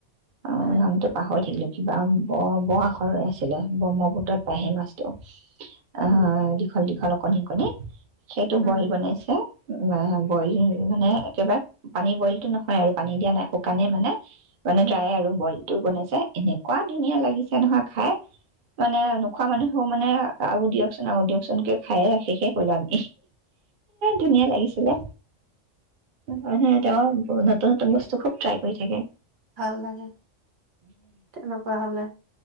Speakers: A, on the right (about 50°); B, on the right (about 70°).
A: অ'
B: উম,
A: নামটো পাহৰি থাকিলো। কিবা ব-ব আখৰৰে আছিলে ব্ৰহ্মপুত্ৰত পায় হেই মাছটো
B: উম,
A: অ', দীঘল দীঘল অক কনে কনে সেইটো
B: উম,
A: বইল বনাইছে উ - উ বইল মানে একেবাৰে পানী বইলটো নহয় আৰু পানী দিয়া নাই। শুকানেই মানে- মানে
B: উম,
A: তায় আৰু বয়। বনাইছে এনেকুৱা ধুনীয়া লাগিছে নহয় খাই মানে নোখোৱা মানুহেও মানে আৰু দিয়কচোন আৰু দিয়কচোনকে খায়ে ৰা শেষে কৰিলো আমি ধুনীয়া লাগিছিলে। <unintelligible> তেওঁ নতুন নতুন বস্তু, খুব ট্ৰাই কৰি থাকে।
B: ভাল লাগে। তেনেকুৱা হ'লে।